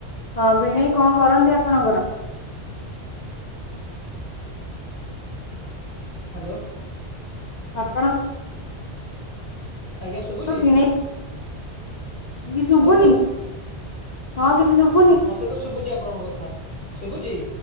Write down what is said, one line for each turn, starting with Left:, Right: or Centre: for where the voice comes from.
Left: ହଁ ଭିଣେଇ କଣ କରନ୍ତି ଆପଣଙ୍କର?
Right: ହାଲୋ।
Left: ଆପଣଙ୍କ
Right: ଆଜ୍ଞା ଶୁଭୁଛି।
Left: ଭିଣେଇ କିଛି ଶୁଭୁନି
Right: ଭାଉଜ
Left: ହଁ କିଛି ଶୁଭୁନି।
Right: ମତେ ତ ଶୁଭୁଛି ଆପଣଙ୍କ କଥା ଶୁଭୁଛି।